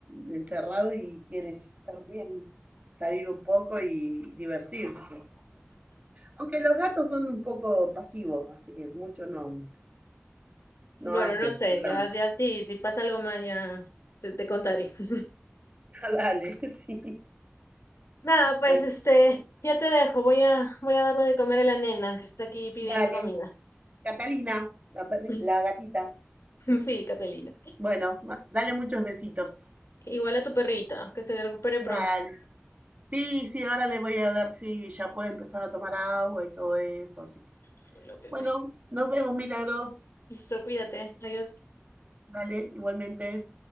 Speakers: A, on the right (about 35°); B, on the left (about 80°).
A: encerrado y quiere también salir un poco y divertirse. Aunque los gatos son un poco pasivos, así que mucho no, no
B: Bueno,
A: hacen,
B: no sé,
A: digamos.
B: ya, ya sí, si pasa algo más ya te, te contaré. <laughs>
A: <laughs> Dale, <laughs> sí.
B: Nada, pues
A: no hay-
B: este, ya te dejo, voy a, voy a darle de comer a la nena que está aquí pidiendo
A: Dale,
B: comida.
A: Catalina, la, perri-
B: <laughs>
A: la gatita.
B: Sí, Catalina.
A: Bueno, ma- dale muchos besitos.
B: Igual a tu perrita, que se recupere
A: Vale.
B: pronto.
A: Sí, sí, ahora le voy a ver si ya puede empezar a tomar agua y todo eso, así.
B: Dímelo, Pepe.
A: Bueno, nos vemos, Milagros.
B: Listo, cuídate, adiós.
A: Vale, igualmente.